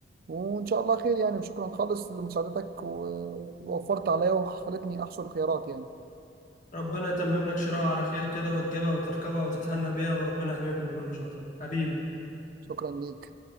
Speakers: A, on the right; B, on the left.
A: وان شاء الله خير يعني وشكرا خالص لمساعدتك و- ووفرت عليا وخلتني احصل خيارات يعني
B: ربنا يتمم لك شراء على خير كده وتجيبها وتركبها وتتهنى بيها وربنا يحميك من كل شر حبيبي
A: شكرا ليك